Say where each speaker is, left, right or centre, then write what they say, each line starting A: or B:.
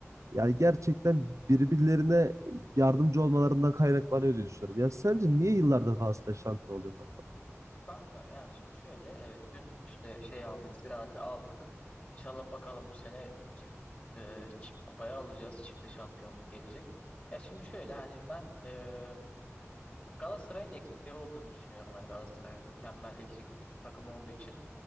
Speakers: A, on the right; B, on the left.
A: yani gerçekten birbirlerine yardımcı olmalarından kaynaklanıyor diye düşünüyorum. Yani sence niye yıllardır Galatasaray şampiyon oluyor kanka?
B: Kanka yani şimdi şöyle evet dün işte şey aldık ziraati aldık. İnşallah bakalım bu sene çift e, çift kupayı alacağız. Çifte şampiyonluk gelecek. Ya şimdi şöyle hani ben e, Galatasaray'ın eksikleri olduğunu düşünüyorum. Hani Galatasaray'ın mükemmel eksiksiz bir takım olduğu için